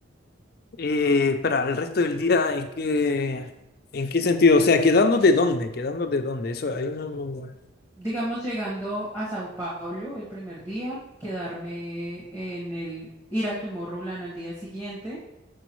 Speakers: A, on the left (about 50°); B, on the right (about 20°).
A: Eh, para el resto del día, ¿en qué, en qué sentido? O sea, ¿quedándote dónde? ¿Quedándote dónde? Eso, ahí no, no- no.
B: Digamos, llegando a Sao Paulo el primer día, quedarme en el, ir al Tomorrowland al día siguiente